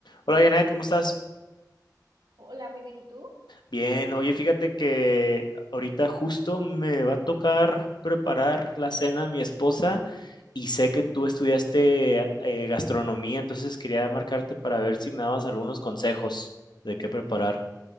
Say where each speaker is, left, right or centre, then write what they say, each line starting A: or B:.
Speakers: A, on the left; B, on the right.
A: Hola Janet, ¿cómo estás?
B: Hola, muy bien, ¿y tú?
A: Bien, oye, fíjate que ahorita justo me va a tocar preparar la cena a mi esposa y sé que tú estudiaste eh, gastronomía, entonces quería marcarte para ver si me dabas algunos consejos de qué preparar.